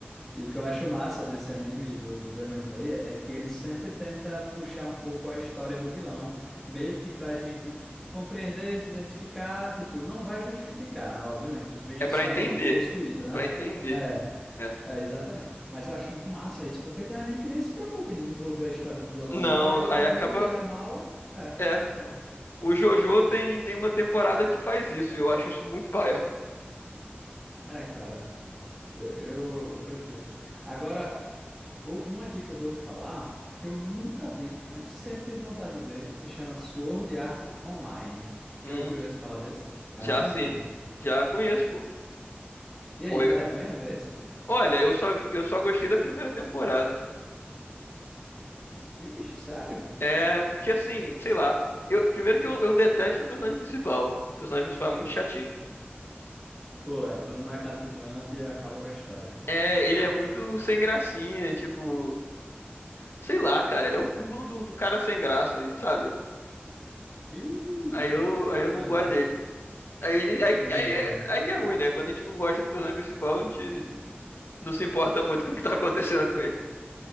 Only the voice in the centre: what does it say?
E o que eu acho massa desse anime do, do Demon Slayer é que ele sempre tenta puxar um pouco a história do vilão, meio que pra gente compreender, se identificar, tipo, não vai justificar, obviamente, que os bichos
são
possuídos,
né?
É.
É, exatamente. Mas eu acho muito massa isso, porque tem anime que nem se preocupa em desenvolver a história do vilão,
não. Tá, ele
tá
ali e ele é mau, é,
e pronto.
É, cara, eu, eu prefiro. Agora, o- um aqui que eu vou te falar, que eu nunca vi, mas sempre tive vontade de ver, se chama Sword Art Online.
Já ouviu esse falar desse? É
mais
antigo.
E
aí, vale a pena ver esse?
Vixe, sério?
Pô, é, quando não é cativante, acaba com a história.
Vixe,
cara,
tá,
tô de
boa.